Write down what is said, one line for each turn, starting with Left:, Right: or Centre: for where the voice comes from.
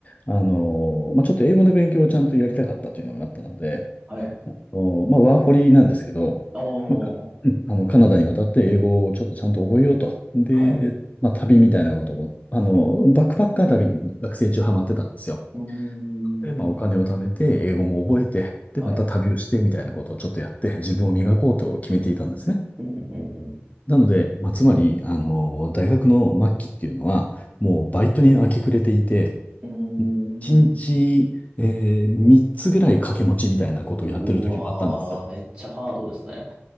Left: あのーまあ、ちょっと英語の勉強をちゃんとやりたかったというのがあったので、
Right: はい。
Left: あのーまあ、ワーホリなんですけど、
Right: お
Left: まあ、かうんあの、
Right: ー、
Left: カナダに渡って英語をちょっとちゃんと覚えようと。で、
Right: はい。う
Left: まあ、旅みたいなことも、あの、バックパッカー旅に学生中ハマってたんですよ。
Right: ーん、
Left: で、まあ、お金を貯めて、英語も覚えて、で、
Right: はい。
Left: また旅をしてみたいなことをちょっとやって、自分を磨こうと決めていたんですね。
Right: うん、うん、う
Left: なので、まあ、つまり、あの、大学の末期っていうのは、もうバイトに明け暮れていて、
Right: ん。うーん。
Left: 1日、えー、3つぐらい掛け持ちみたいなことをやってる時もあったんですよ。
Right: うわー、めっちゃハードですね。